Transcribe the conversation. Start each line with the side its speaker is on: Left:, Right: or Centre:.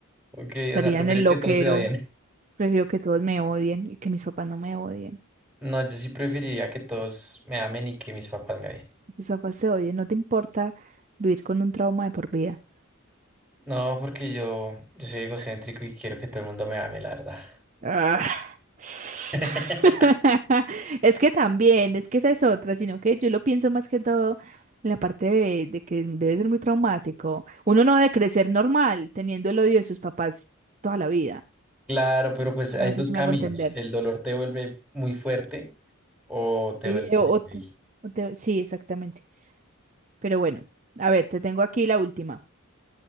Centre: Ok,
Right: estaría
Centre: o sea, prefieres
Right: en el loquero.
Centre: que todos te odien. <laughs>
Right: Prefiero que todos me odien y que mis papás no me odien.
Centre: No, yo sí preferiría que todos me amen y que mis papás me odien.
Right: Tus papás te oyen, no te importa vivir con un trauma de por vida.
Centre: No, porque yo, yo soy egocéntrico y quiero que todo el mundo me ame, la verdad.
Right: Ah. <laughs>
Centre: <laughs>
Right: Es que también, es que esa es otra, sino que yo lo pienso más que todo en la parte de, de que debe ser muy traumático. Uno no debe crecer normal teniendo el odio de sus papás toda la vida.
Centre: Claro, pero pues hay
Right: No
Centre: dos
Right: sé si
Centre: caminos.
Right: me hago entender.
Centre: El dolor te vuelve muy fuerte o te
Right: Sí.
Centre: vuelve
Right: Eh,
Centre: muy
Right: O, o te-
Centre: débil.
Right: o te- sí, exactamente. Pero bueno, a ver, te tengo aquí la última.